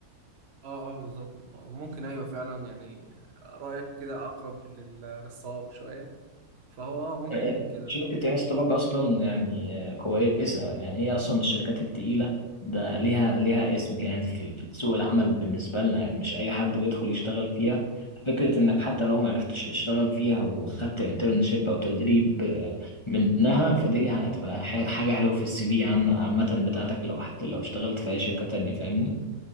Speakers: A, on the right; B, on the left.
A: اه اه بالظبط آه، ممكن ايوه فعلا يعني رايك كده اقرب لل- للصواب شويه فهو اه ممكن
B: آه، آه،
A: كده
B: شركة انس طبق اصلا يعني آه، كويسة يعني هي اصلا من الشركات التقيلة ده ليها ليها اسم يعني في في سوق العمل بالنسبة لنا يعني مش اي حد بيدخل يشتغل فيها فكرة انك حتى لو ما عرفتش تشتغل فيها وخدت انترنشيب او تدريب آه، منها فدي هتبقى ح- حاجة حلوة في السي في عامة بتاعتك لو حتى لو اشتغلت في اي شركة تانية فاهمني